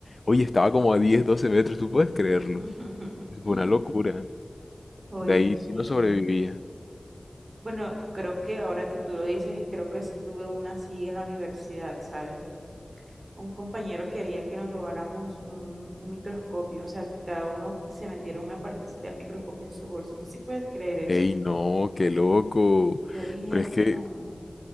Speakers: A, on the left; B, on the right.
A: Oye, estaba como a 10 12 metros, tú puedes creerlo.
B: <laughs>
A: Eso fue una locura.
B: Oye,
A: De ahí
B: men,
A: sí no sobrevivía.
B: bueno, creo que ahora que tú lo dices, creo que sí tuve una así en la universidad, ¿sabes? Un compañero quería que nos robáramos un, un microscopio, o sea, que cada uno se metiera una partecita del microscopio en su bolso. ¿Tú sí puedes creer eso?
A: Ey, no, qué loco.
B: Yo dije,
A: Pero es que
B: no.